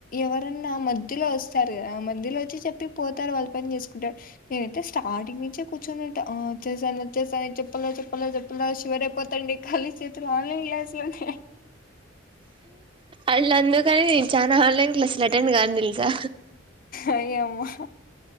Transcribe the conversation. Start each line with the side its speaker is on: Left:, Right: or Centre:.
Left: ఎవరన్నా మధ్యలో వస్తారు కదా ఆ మధ్యలో వచ్చి చెప్పి పోతారు వాళ్ళు పని చేసుకుంటారు నేనైతే స్టార్టింగ్ నుంచే కూర్చుని అచేస అచేస చెప్ప చెప్పలే చెప్పలే శవరైపోతాం ాళీ చేతులు ఆన్లైన్ క్లాస్ చల్తే
Right: అళ్ళ అన్న కానీ నే చాలా ఆన్లై క్లాసులు అటెండ్ కాను ఇంకా
Left: అయ్యో అమ్మా